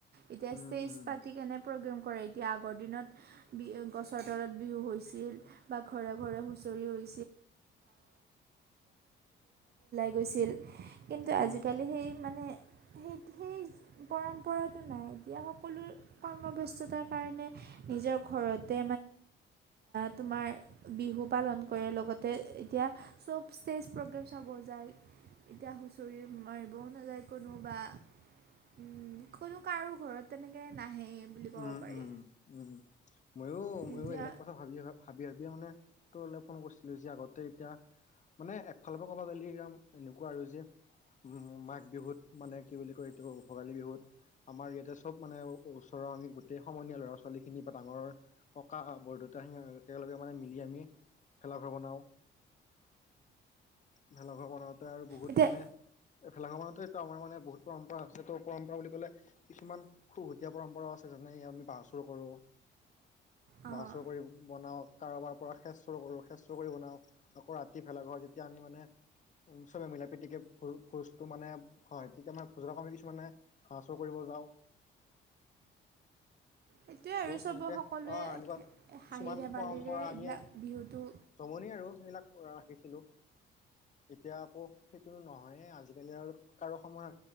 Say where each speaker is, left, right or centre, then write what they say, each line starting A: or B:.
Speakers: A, on the right (about 55°); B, on the left (about 40°).
A: এতিয়া
B: উম,
A: ষ্টেজ
B: উম,
A: পাতি কেনে প্ৰগ্ৰেম কৰে এতিয়া আগৰ দিনত বি গছৰ তলত বিহু হৈছিল বা ঘৰে ঘৰে হুঁচৰি হৈ <unintelligible> গৈছিল কিন্তু
B: উম,
A: আজিকালি সেই মানে সেই সেই পৰম্পৰাতটো নাই এ দিয়া সকলো কৰ্মব্যস্ততাৰ কাৰণে নিজৰ ঘৰতে তুমিনে বিহু পালন কৰে লগতে এতিয়া পগ্ৰেম চাব কাৰণে এতিয়া হুঁচৰি মাৰ নাযায় কোনোব উম কোনো কাৰো ঘৰত তেনেকে নাহেই বুলি ক'ব
B: উম
A: পাৰি
B: উম উম উম ময়ো ময়ো
A: এতিয়া
B: এইবিলাক কথা ভাবিয় ভ ভাবি ভাবিয়ে মানে তোৰলে ফোন কৰিছিলো যে আগতে এতিয়া মানে একফালৰ পৰা কবা গ'লি একদম এনেকুৱা আৰু যে উম মাঘ বিহুত মানে কি বুলি কয় এইটো ভোগালী বিহুত আমাৰ ইয়াতে চব মানে ওচৰৰ আমি গোটেই সমনীয়া ল'ৰা ছোৱালীখিনি বা ডাঙৰ ককা বৰদউতা সি একেলগে মানে মিলি আমি ভেলাঘৰ বনাওঁ ভেলাঘৰ বনাওঁতে আৰু বহুত
A: এতিয়া
B: মানে এফেলাঙৰ মানতেতটো আমাৰ মানে বহুত পৰম্পৰা আছে ত পৰম্পৰা বুলি ক'লে কিছুমান খুহটীয়া পৰম্পৰাও আছে যেনে আমি বাঁহ চুৰ কৰোঁ
A: অঁ
B: বাঁহ চুৰ কৰি বনাওক কাৰোবাৰ পৰা সেচ চুৰ কৰো সেচ চ কৰি বনাও আকৌ ৰাতি ভেলা ঘৰ যেতিয়া আমি মানে উম চবে মিলা প্ৰীতিকে ভোজটো মানে হয় হয় তেতিয়া মানে ভোজক আমি কিছুমানে হাঁ চুৰ কৰিব বজাও
A: সটোৱে আৰু চব
B: সেনেকে
A: সকলোৱে
B: অ এনেকুৱা কিছুমান
A: হাঁহিৰে
B: পৰম্পৰা
A: বালিৰে এইবিলাক
B: আমি
A: বিহুতটো
B: জমনি আৰু সেইবিলাক ৰাখিছিলো এতিয়া আকৌ নহয় আজিকালি আৰু কাৰো সময়